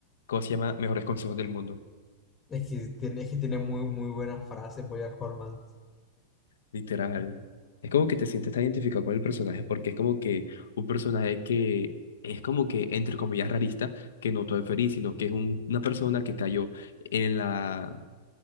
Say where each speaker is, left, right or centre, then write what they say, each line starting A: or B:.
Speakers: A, on the left (about 85°); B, on the left (about 20°).
A: ¿cómo se llama? Mejores consejos del mundo.
B: Es, que tiene, es que tiene muy, muy buenas frases, Bojack Horseman.
A: Literal. Es como que te sientes tan identificado con el personaje porque es como que un personaje que es como que, entre comillas, rarista, que no todo es feliz, sino que es un- una persona que cayó en la,